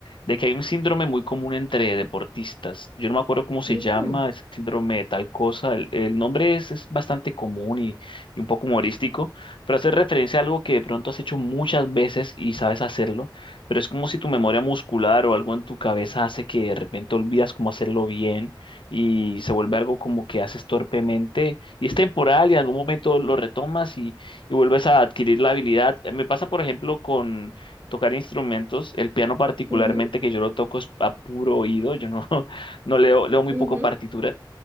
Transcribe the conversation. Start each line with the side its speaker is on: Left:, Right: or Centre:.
Left: de que hay un síndrome muy común entre deportistas. Yo no me acuerdo cómo se
Right: Ujú,
Left: llama, es síndrome de tal cosa. El, el nombre es, es bastante común y, y un poco humorístico, pero hace referencia a algo que de pronto has hecho muchas veces y sabes hacerlo, pero es como si tu memoria muscular o algo en tu cabeza hace que de repente olvidas cómo hacerlo bien y se vuelve algo como que haces torpemente y es temporal y en algún momento lo retomas y, y vuelves a adquirir la habilidad. Eh, Me pasa, por ejemplo, con tocar instrumentos, el piano particularmente
Right: ujú,
Left: que yo lo toco es a puro oído, yo no, <laughs> no leo, leo muy
Right: ujú,
Left: poco partitura.